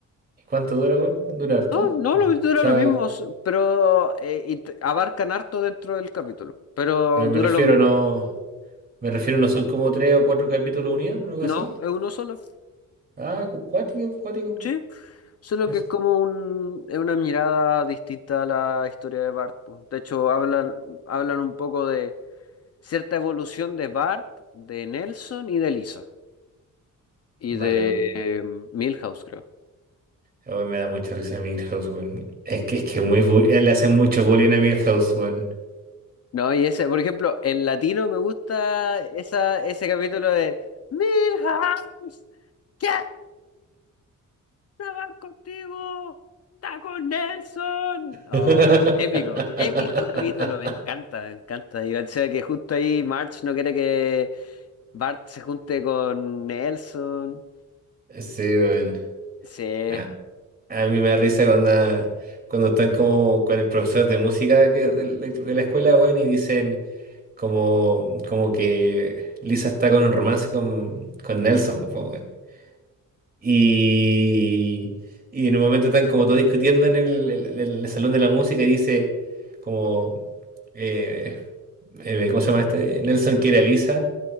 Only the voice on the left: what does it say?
No, no,
lo mismo dura
lo mismo, s- pero eh, y t- abarcan harto dentro del capítulo, pero
dura
lo mismo.
No,
es uno solo.
Sí. Solo
que es como un, es una mirada distinta a la historia de Bart. po. De hecho, hablan, hablan un poco de cierta evolución de Bart, de Nelson y de Lisa. Y
de
eh, Milhouse, creo.
No, y ese, por ejemplo, en latino me gusta esa, ese capítulo de Milhouse, quiero hablar contigo, está con Nelson.
Oh, es épico, épico capítulo, me encanta, me encanta. Y o sea que justo ahí March no quiere que Bart se junte con Nelson.
Sí.